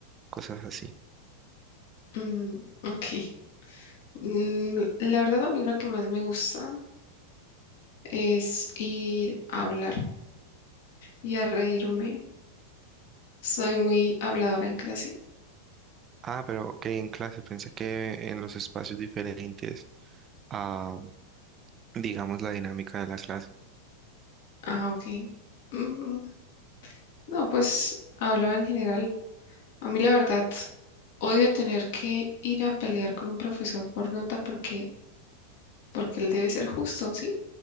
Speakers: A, on the right (about 25°); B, on the left (about 55°).
A: cosas así.
B: Mm, ok. Mm, la verdad, a mí lo que más me gusta es ir a hablar y a reírme. Soy muy habladora en clase.
A: Ah, pero ok, en clase, pensé que en los espacios diferentes a, digamos, la dinámica de la clase.
B: Ah, ok. Mm, no, pues hablaba en general A mí la verdad, odio tener que ir a pelear con un profesor por nota porque, porque él debe ser justo, ¿sí?